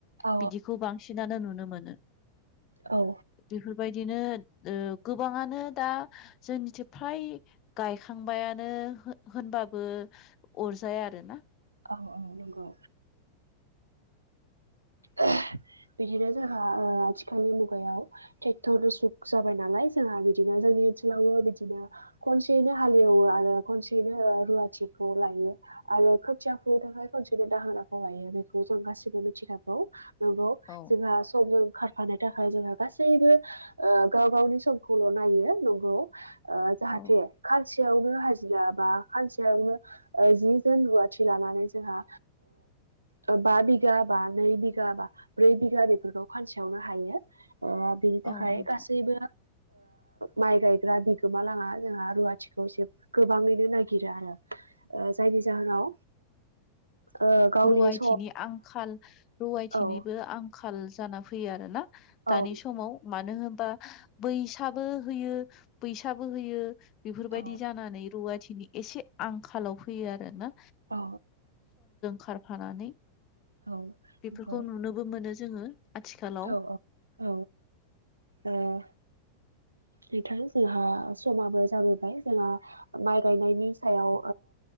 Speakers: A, on the right (about 80°); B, on the left (about 35°).
A: औ
B: बिदिखौ बांसिनानो नुनो मोनो
A: औ
B: बेफोर बेबायदिनो गोबाङानो ओ दा जोंनिथिं फ्राय गायखांबायानो होन होनबाबो अरजाया आरोना।
A: औ औ नंगौ। <unintelligible> बिदिनो जोंहा ओ आथिखालनि मुगायाव ट्रेक्टर जुग जाबाय नालाय जोंहा बिदिनो जोंनि ओनसोलावबो बिदिनो खनसेयैनो हालेवो आरो खनसेयैनो रुवाथिखौ लायो। आरो खोथिया फुनो थाखाय खनसेनि दाहोनाखौ लायो बेखौ जों गासिबो मिथिखागौ। नंगौ
B: औ
A: जोंहा समजों खारफानो थाखाय जोंहा गासैबो ओ गाव गावनि समखौल' नायो नंगौ‌। ओ जाहाथे
B: औ
A: खाज सानसेयावनो हाजिरा बा सानसेयावनो जि जोन रुवाथि लानानै जोंहा ओ बा बिगा बा नै बिगा बा ब्रै बिघा बेफोरखौ खानसेयावनो हायो। बिनि
B: औ
A: थाखाय
B: नोंथां
A: गासैबो माइ गायग्रा बिगोमा लाङा जोंहा रुवाथिखौ एसे गोबाङैनो नागिरो आरो। जायनि जाहोनाव ओ गावनि
B: रुवाथिनि
A: सम
B: आंखाल रुवायथिनिबो
A: औ
B: आंखाल जाना फैयो आरो ना। दानि
A: औ
B: समाव मानो होनबा बै फिसाबो होयो बैसाबो होयो बेफोरबायदि
A: औ
B: जानानै रुवाथि नि एसे आंखालाव फैयो आरो ना?
A: औ।
B: खारफानानै
A: औ
B: बेफोरखौ
A: नंगौ
B: नुनोबो मोनो जोङो। आथिखालाव
A: औ औ औ ओ। नोंथां जोंहा समाबो जाबोबाय जोंहा माइ गायनायनि सायाव